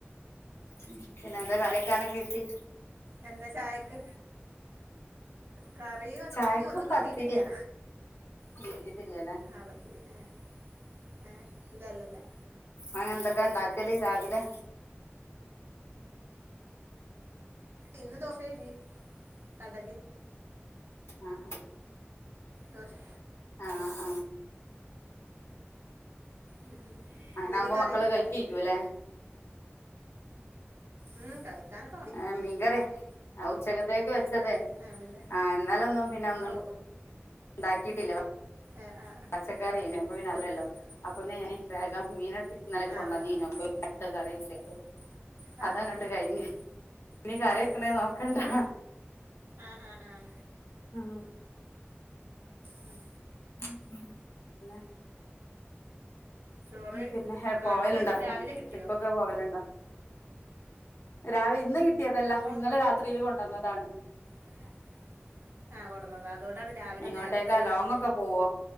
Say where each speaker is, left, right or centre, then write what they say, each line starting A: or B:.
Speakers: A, on the left; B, on the right.
A: പിന്നെ എന്താ കറിവയ്നൊക്കെ കിട്ടി?
B: എന്താ ചായക്ക്? കറി വെക്കാന്
A: ചായക്ക്
B: ഒന്നും
A: പത്തിരിയാ
B: കിട്ടീട്ടില്ലാ. പത്തിരി
A: കിട്ടിട്ടില്ലല്ലേ
B: ആഹ് പത്തിരി ആഹ്, ഏഹ് ഇല്ലല്ലല്ലാ.
A: അയിന് എന്തൊക്കെ ഉണ്ടാക്കല് രാവിലെ?
B: ഇന്ന് ദോശേ ഇഡ്ലീം കടലേ.
A: ആഹ്.
B: ദേശേ
A: ആ ആ
B: ഉം ഉം.
A: അങ്ങനെ
B: എന്തേനു
A: ആകുമ്പോ
B: കറി
A: മക്കള് കഴിക്കും
B: പത്തിരീക്ക്
A: അല്ലേ
B: ഉം കഴിക്കാനോക്കെ.
A: ആഹ് മീകറിയാ ആഹ് ഉച്ചയ്ക്ക ത്തേക്ക് വെച്ചതെ
B: ആണല്ലേ
A: ആഹ് ഇന്നലെ ഒന്നും പിന്നെ ഒന്നും
B: ഓ
A: ഉണ്ടാക്കിട്ടില്ല.
B: ഏഹ് ആഹ്.
A: പച്ചക്കറിയേനു അപ്പൊ പിന്നെ അല്ലല്ലോ. അപ്പൊ പിന്നെ ഇങ്ങനെ വേഗം മീന് ഇന്നലെക്ക്
B: ആ ആ ആ
A: കൊണ്ടോന്നീന് അപ്പൊട്ത്ത് കറിവെച്ച്.
B: ആ
A: അതങ്ങട്ട് കയിഞ്ഞ് ഇനി കറി വയ്ക്ക്ണത് നോക്കണ്ടാ.
B: ആഹ് ആഹ് ആഹ്.
A: ആഹ്.
B: ഉം.
A: ഉം ഉം പിന്നെ.
B: ചോറ്
A: പിന്നെ ഹെ പോവല്
B: ആ മീൻ
A: ഉണ്ടോ
B: രാവിലെ കിട്ടിയോ
A: ട്രിപ്പൊക്കെ പോവല് ഇണ്ടോ? രാവി ഇന്ന് കിട്ടിയതല്ല
B: ഓ
A: ഇന്നലെ രാത്രീല് കൊണ്ട് വന്നതാണ്.
B: ഇന്നലെ രാത്രി. ആഹ് കൊടന്നതാ അതോട്ടാണ് രാവിലെ
A: എങ്ങോട്ടേക്കാ
B: നേരത്തെല്ലേ
A: ലോങ്
B: ഹ്,
A: ഒക്കെ പോവോ